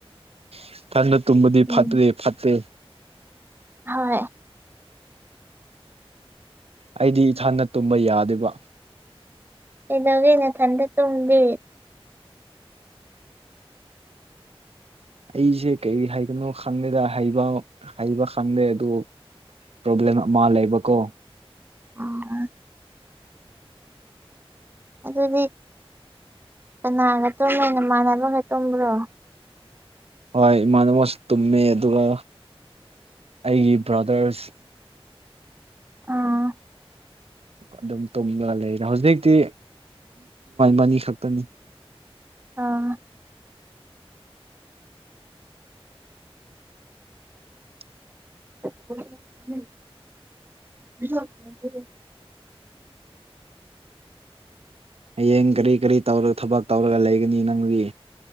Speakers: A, on the right; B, on the right.
A: ꯏꯊꯟꯇ ꯇꯨꯝꯕꯗꯤ ꯐꯠꯇ꯭ꯔꯦ
B: ꯎꯝ
A: ꯐꯠꯇꯦ
B: ꯍꯣꯏ
A: ꯑꯩꯗꯤ ꯏꯊꯟꯗ ꯇꯨꯝꯕ ꯌꯥꯗꯦꯕ
B: ꯀꯩꯗꯧꯒꯦ ꯅꯊꯟꯗ ꯇꯨꯝꯃꯗꯤ
A: ꯑꯩꯖꯦ ꯀꯔꯤ ꯍꯥꯏꯒꯅꯣ ꯈꯪꯗꯦꯗ ꯍꯩꯕ ꯍꯩꯕ ꯈꯪꯗꯦ ꯑꯗꯨ ꯄ꯭ꯔꯣꯕ꯭ꯂꯦꯝ ꯑꯃꯥ ꯂꯩꯕ ꯀꯣ
B: ꯎꯝ ꯑꯥꯗꯨꯗꯤ ꯀꯅꯥꯒ ꯇꯨꯝꯒꯦ ꯅꯃꯥꯟꯅꯕꯒ ꯇꯨꯝꯕ꯭ꯔꯣ
A: ꯍꯣꯏ ꯏꯃꯥꯟꯅꯕꯒꯁꯨ ꯇꯨꯝꯃꯦ ꯑꯗꯨꯒ ꯑꯩꯒꯤ ꯕ꯭ꯔꯗꯔꯁ
B: ꯑꯣ
A: ꯑꯗꯨꯝ ꯇꯨꯝꯂꯒ ꯂꯩꯗ ꯍꯧꯖꯤꯛꯇꯤ ꯃꯅꯤ ꯈꯛꯇꯅꯤ
B: ꯑꯥ
A: <inaudible>
B: <inaudible>
A: ꯍꯌꯦꯡ ꯀꯔꯤ ꯀꯔꯤ ꯇꯧꯔ ꯊꯕꯛ ꯇꯧꯔꯒ ꯂꯩꯒꯅꯤ ꯅꯪꯗꯤ